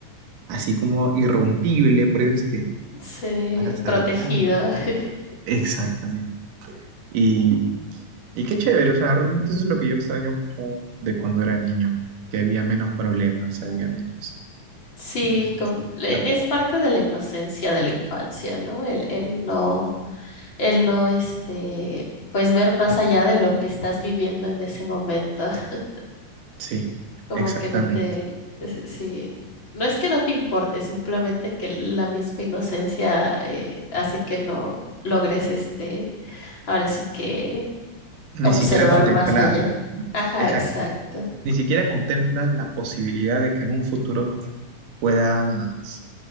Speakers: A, on the right (about 80°); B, on the left (about 35°).
A: así como irrompible, por eso es que
B: Sí,
A: paras saltando.
B: protegida. <laughs>
A: Exactamente. Y Y qué chévere, o sea, realmente eso es lo que yo extraño mucho de cuando era niño, que había menos problemas, había menos,
B: Sí,
A: menos
B: com-
A: cosas. de que
B: le-
A: preocupar.
B: es parte de la inocencia de la infancia, ¿no? El, el no, el no, este, pues ver más allá de lo que estás viviendo en ese momento, <laughs>
A: Sí,
B: como
A: exactamente.
B: que no te, es- sí, no es que no te importe, simplemente que la misma inocencia eh, hace que no logres, este, ahora sí que
A: Ni
B: observar
A: siquiera contemplarlo,
B: más allá.
A: ¿no?
B: Ajá,
A: Exacto.
B: exacto.
A: Ni siquiera contemplas la posibilidad de que en un futuro puedas